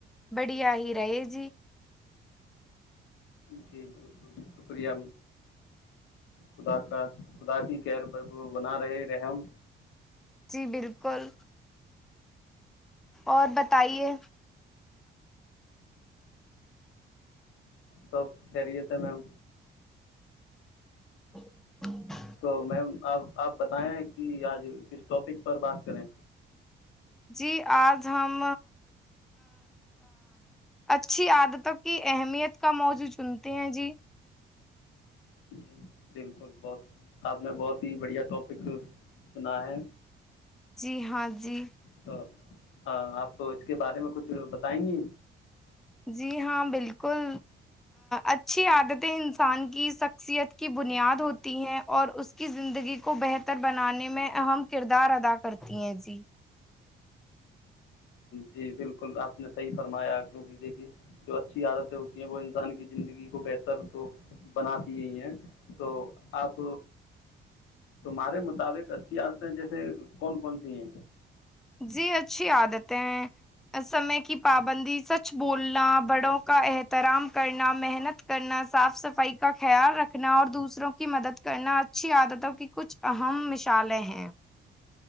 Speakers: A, in the centre; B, on the left.
A: بڑھیا ہی رہے جی
B: جی بالکل شکریہ خدا کا خدا کی کیر بنا رہے رحم
A: جی بالکل اور بتائیے
B: سب خریت ہے میم
A: ہ <inaudible> <unintelligible>
B: تو میم آپ آپ بتائیں کہ آج کس ٹاپک پر بات کریں
A: جی آج ہم اچھی عادتوں کی اہمیت کا موضوع چنتے ہیں جی
B: جی بالکل بہت آپ نے بہت ہی بڑھیا ٹاپک چنا ہے
A: جی ہاں جی
B: تو آپ کو اس کے بارے میں کچھ بتائیں گی
A: جی ہاں بالکل اچھی عادتیں انسان کی شخصیت کی بنیاد ہوتی ہیں اور اس کی زندگی کو بہتر بنانے میں اہم کردار ادا کرتی ہیں جی
B: جی بالکل آپ نے صحیح فرمایا کیونکہ دیکھیے جو اچھی عادتیں ہوتی ہیں وہ انسان کی زندگی کو بہتر تو بناتی ہیں تو آپ تمہارے مطابق اچھی عادتیں جیسے کون کون سی ہیں
A: جی اچھی عادتیں ہیں سمے کی پابندی سچ بولنا بڑوں کا احترام کرنا محنت کرنا صاف صفائی کا خیال رکھنا اور دوسروں کی مدد کرنا اچھی عادتوں کی کچھ اہم مثالیں ہیں